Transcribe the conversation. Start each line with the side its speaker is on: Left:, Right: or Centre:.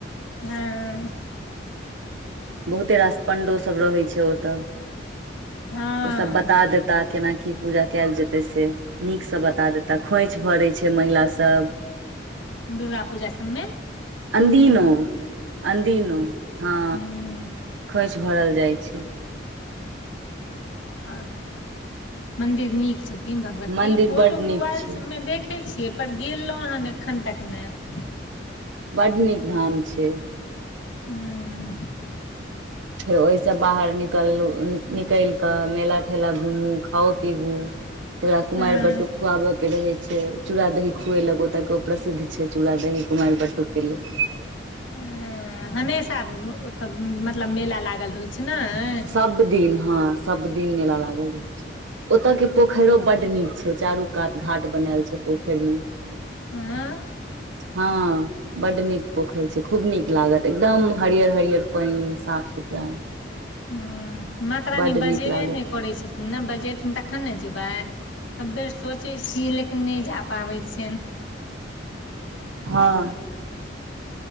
Left: हँ
Right: बहुते रास पंण्डो सब रहै छै ओतऽ
Left: हँ
Right: ओ सब बता देता केना की पूजा कयल जेते से नीक स बता देता खोंइछ भरे छै महिला सब
Left: दुर्गा पूजा सब मे
Right: अदिनो अनदिनो हँ
Left: हूँ
Right: खोंइछ भरल जाइ छै
Left: आओर मन्दिर नीक छथिन भगवती
Right: मंदिर
Left: फोटो
Right: बड
Left: मोबाइल
Right: नीक छै
Left: सब में देख देखै छियै पर गेलौं हन एखन तक नहि
Right: बड नीक धाम छै
Left: ह्म
Right: फेर ओहिस बाहर निकलौनिकलि क मेला ठेला घूमू खाउ पिबू जहिया कुमारि
Left: हँ
Right: बटूक खुआबय के रहे छै चूड़ा दही खुएलक ओतय के प्रसिद्ध छै चूड़ा दही कुमारि बटूक के लेल
Left: ह हमेशा ओतऽ मतलब मेला लागल रहै छै नाय
Right: सब दिन हँ सब दिन मेला लागल रहै छै ओतय के पोखरियो बड नीक छै चारू कात घाट बनाएल छै पोखरि मे
Left: आँ
Right: हँ बड्ड नीक पोखरि छै खूब नीक लागत एकदम हरियर हरियर पानि साफ सुथरा
Left: ह माता रानी
Right: बड्ड
Left: बजेबे
Right: नीक लागत
Left: नहि करै छथिन ने बजेथिन तखन ने जेबै सभ बेर सोचै छियै लेकिन नहि जा पाबै छियनि
Right: हँ